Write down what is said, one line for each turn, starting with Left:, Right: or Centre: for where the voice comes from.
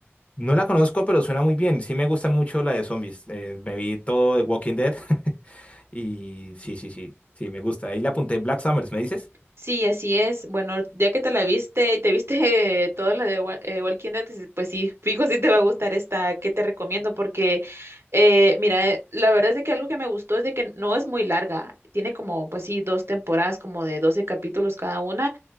Left: No la conozco, pero suena muy bien. Sí me gustan mucho la de zombies. Eh, me vi todo de Walking Dead <laughs> y sí, sí, sí, sí, me gusta. Ahí la apunté. Black Summers, ¿me dices?
Right: Sí, así es. Bueno, ya que te la viste, te viste <laughs> toda la de Wa- eh, Walking Dead, dices, pues sí, fijo si te va a gustar esta que te recomiendo porque, eh, mira, eh, la verdad es de que algo que me gustó es de que no es muy larga. Tiene como, pues sí, dos temporadas como de 12 capítulos cada una